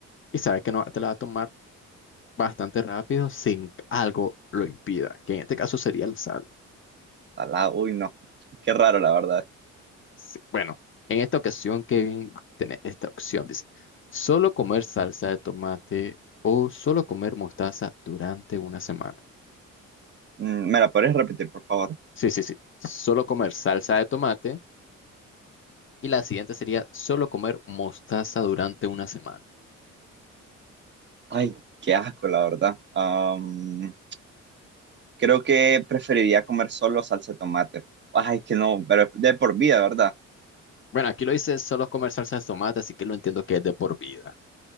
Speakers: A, on the left (about 40°); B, on the right (about 40°).
A: y sabes que no te la va a tomar bastante rápido sin que algo lo impida, que en este caso sería la sal.
B: Salada, uy, no. Qué raro, la verdad.
A: Sí, Bueno, en esta ocasión, Kevin, tenés esta opción. Dice, solo comer salsa de tomate o solo comer mostaza durante una semana.
B: Mm, ¿Me la podrías repetir, por favor?
A: Sí, sí, sí. Solo comer salsa de tomate. Y la siguiente sería solo comer mostaza durante una semana.
B: Ay, qué asco, la verdad. Am, creo que preferiría comer solo salsa de tomate. Ay, que no, pero de por vida, ¿verdad?
A: Bueno, aquí lo dice solo comer salsa de tomate, así que lo entiendo que es de por vida.